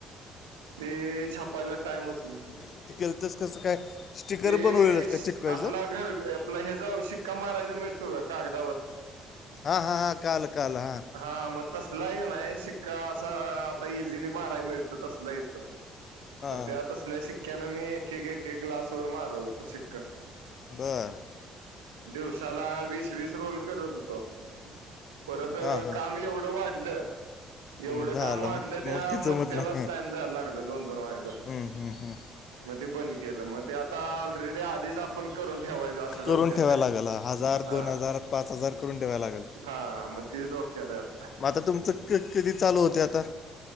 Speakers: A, on the right; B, on the left.
A: ते छापायला टाइमच नाही.
B: त केलतस कसं काय. स्टिकर
A: ते
B: बनवलेलंच का चिटकवायचं
A: आपला घर आपलं हे, जाऊ शिक्का मारायचा मिळतो का कागदावर.
B: हा हा हा काल काल हा.
A: हा मग तसलाही नाही शिक्का असं, आता इझिली मारायला मिळत. तसला येत
B: हां
A: म तसल्या शिक्क्यान मी एक ग्लास. तोर मार होत शिक्का.
B: बर.
A: दिवसाला वीस वीस रोल करत होतो. परत काम
B: हां हां
A: एवढं वाढलं. एवढं
B: हम्म, झालं
A: काम वाढलं
B: मग
A: त्या
B: मग ते जमत
A: मट्ट्यालाच
B: नाही
A: टाइम जायला लागला दोन दोन वायण.
B: हम्म, हम्म, हम्म.
A: मग ते बंद केलं मग ते, आता ऑलरेडी आधीच आपण करून. ठेवायचं असं डॉक्टर
B: करून ठेवायला
A: आहे
B: लागेल हा. हजार
A: हा
B: दोन हजार पाच हजार करून ठेवायला लागेल
A: हा मग. तीस वक्तत
B: मग आता तुमचं क कधी चालू होते आता